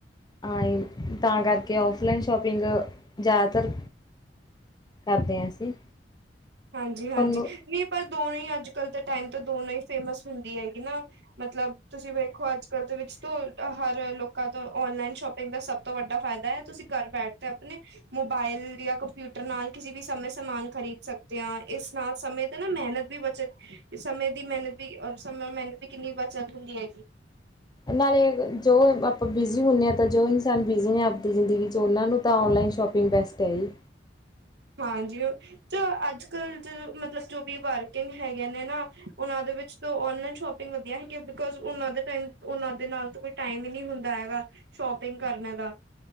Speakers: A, on the left; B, on the right.
A: ਆਏ, ਤਾਂ ਕਰਕੇ ਔਫਲਾਈਨ ਸ਼ੋਪਿੰਗ ਜਿਆਦਾਤਰ ਕਰਦੇ ਹਾਂ ਅਸੀਂ
B: ਹਾਂਜੀ- ਹਾਂਜੀ,
A: ਤੁਹਾਨੂੰ
B: ਨਹੀਂ ਪਰ ਦੋਵੇ ਹੀ ਅੱਜ-ਕੱਲ ਦੇ ਟਾਈਮ ਤਾਂ ਦੋਨੋ ਹੀ ਫੇਮਸ ਹੁੰਦੀ ਹੈਗੀ ਨਾ। ਮਤਲਬ, ਤੁਸੀਂ ਵੇਖੋ ਅੱਜ- ਕੱਲ ਦੇ ਵਿੱਚ ਤ ਹਰ ਲੋਕਾਂ ਤੋਂ ਔਨਲਾਈਨ ਸ਼ੋਪਿੰਗ ਦਾ ਸਭ ਤੋਂ ਵੱਡਾ ਫਾਇਦਾ ਹੈ ਤੁਸੀਂ ਘਰ ਬੈਠਦੇ ਆਪਣੇ ਮੋਬਾਇਲ ਯਾ ਕੰਪਿਊਟਰ ਨਾਲ ਕਿਸੇ ਵੀ ਸਮੇਂ ਸਮਾਨ ਖਰੀਦ ਸਕ ਤੇਆ ਇਸ ਨਾਲ ਸਮੇਂ ਤੇ ਨਾ ਮੈਹਨਤ ਵੀ ਬਚਤ ਸਮੇਂ ਦੀ ਮਿਹਨਤ ਵੀ ਰ ਸਮੇਂ ਮਿਹਨਤ ਦੀ ਕਿੰਨੀ ਬੱਚਤ ਹੁੰਦੀ ਹੈਗੀ
A: ਨਾਲੇ ਜੋ ਆਪਾਂ ਬਿਜ਼ੀ ਹੁੰਦੇ ਹਾਂ ਤਾਂ ਜੋ ਇਨਸਾਨ ਬਿਜ਼ੀ ਨੇ ਆਪਦੀ ਜ਼ਿੰਦਗੀ ' ਉਹਨਾਂ ਨੂੰ ਤਾਂ ਔਨਲਾਈਨ ਸ਼ੋਪ ਸਪਿੰਗ ਬੈਸ ਹੈੀ
B: ਹਾਂਜੀ ਉਹ। ਚ ਅੱਜ ਕੱਲ ਜ ਮਤਲਬ ਜੋ ਵੀ ਵਾਰਕਿੰਗ ਹੈਗੇ ਨੇ ਨਾ ਉਹਨਾਂ ਦੇ ਵਿੱਚ ਨਲਾਈਨ ਸ਼ੋਪਿੰਗ ਵਧੀਆ ਹੈਗੀ ਬਿਕੋਜ ਉਹ ਦੇ ਟਮ ਉਹ ਦੇ ਨਾਲ ਕੋਈ ਟਾਈਮ ਹੀ ਨਹੀਂੀ ਹੁੰਦਾ ਹੈਗਾ ਸ਼ੋਪਿੰਗ ਕਰਨੇ ਦਾ